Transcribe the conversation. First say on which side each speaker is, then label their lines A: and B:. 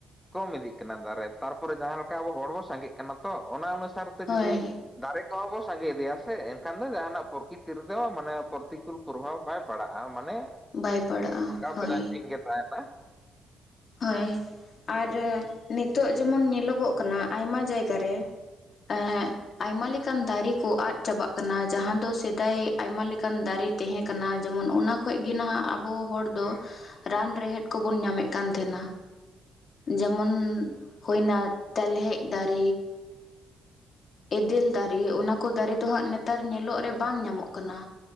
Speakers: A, in the centre; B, on the left (about 50°).
A: ᱠᱚᱢ ᱤᱫᱤᱜ ᱠᱟᱱᱟ ᱫᱟᱨᱮ ᱛᱟᱨᱯᱚᱨᱮ ᱡᱟᱦᱟᱸ ᱞᱮᱠᱟ ᱟᱵᱚ ᱦᱚᱲᱵᱚ ᱥᱟᱸᱜᱮᱜ ᱠᱟᱱᱟ ᱛᱚ ᱚᱱᱟ ᱚᱱᱩᱥᱟᱨ
B: ᱦᱳᱭ
A: ᱡᱩᱫᱤ ᱫᱟᱨᱮ ᱠᱚᱦᱚᱸ ᱵᱚ ᱥᱟᱸᱜᱮ ᱤᱫᱤᱭᱟ ᱥᱮ ᱮᱱᱠᱷᱟᱱ ᱫᱚ ᱡᱟᱦᱟᱱᱟᱜ ᱯᱨᱚᱠᱤᱛᱤ ᱨᱮᱫᱚ ᱢᱟᱱᱮ ᱯᱨᱚᱛᱤᱠᱩᱞ ᱯᱨᱚᱵᱷᱟᱵᱽ ᱵᱟᱭ ᱯᱟᱲᱟᱜᱼᱟ ᱢᱟᱱᱮ
B: ᱵᱟᱭ ᱯᱟᱲᱟᱜᱼᱟ
A: ᱠᱟ
B: ᱦᱳᱭ
A: <unintelligible> ᱜᱮ ᱛᱟᱦᱮᱱᱟ
B: ᱦᱳᱭ ᱟᱨ ᱱᱤᱛᱚᱜ ᱡᱮᱢᱚᱱ ᱧᱮᱞᱚᱜᱚᱜ ᱠᱟᱱᱟ ᱟᱭᱢᱟ ᱡᱟᱭᱜᱟ ᱨᱮ ᱮ ᱟᱭᱢᱟ ᱞᱮᱠᱟᱱ ᱫᱟᱨᱮ ᱠᱚ ᱟᱫ ᱪᱟᱵᱟᱜ ᱠᱟᱱᱟ ᱡᱟᱦᱟᱸ ᱫᱚ ᱥᱮᱫᱟᱭ ᱟᱭᱢᱟ ᱞᱮᱠᱟᱱ ᱫᱟᱨᱮ ᱛᱟᱦᱮᱸ ᱠᱟᱱᱟ ᱡᱮᱢᱚᱱ ᱚᱱᱟ ᱠᱷᱚᱡ ᱜᱮ ᱱᱟᱦᱟᱜ ᱟᱵᱚ ᱦᱚᱲ ᱫᱚ ᱨᱟᱱ ᱨᱮᱦᱮᱫ ᱠᱚᱵᱚᱱ ᱧᱟᱢᱮᱫ ᱠᱟᱱ ᱛᱟᱦᱮᱱᱟ ᱡᱮᱢᱚᱱ ᱦᱩᱭᱱᱟ ᱛᱮᱞᱦᱮᱡ ᱫᱟᱨᱨ ᱮᱫᱮᱞ ᱫᱟᱨᱮ ᱚᱱᱟ ᱠᱚ ᱫᱟᱨᱮ ᱫᱚ ᱦᱟᱸᱜ ᱱᱮᱛᱟᱨ ᱧᱮᱞᱚᱜ ᱨᱮ ᱵᱟᱝ ᱧᱟᱢᱚᱜ ᱠᱟᱱᱟ